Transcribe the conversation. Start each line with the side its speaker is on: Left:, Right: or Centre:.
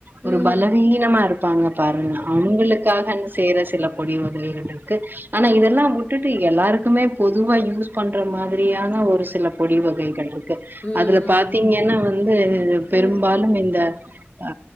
Right: ஒரு
Left: ம்
Right: பலவீனமா இருக் ப்பாங்க பாருங்க அவங்களுக்காக அந்த செய்ற சில பொடி வகைகள் இருக்கு ஆனா இதெல்லா மு விட்டுட்டு எல்லாருக்குமே பொதுவா யூஸ் பண்ற மாதிரியான ஒரு சில பொடி வகைகள் இருக்கு
Left: வகைகள்
Right: அதுல பாத்தீங்கன்னா வந்து பெரும்பாலும்
Left: வந்து ம்
Right: இந்த ஆ